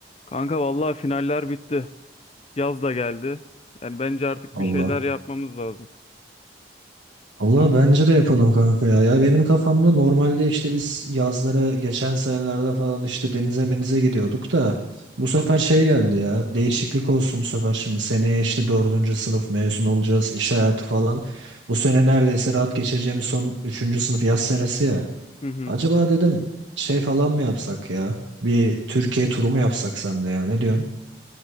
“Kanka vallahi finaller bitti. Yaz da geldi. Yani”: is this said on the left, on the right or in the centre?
Left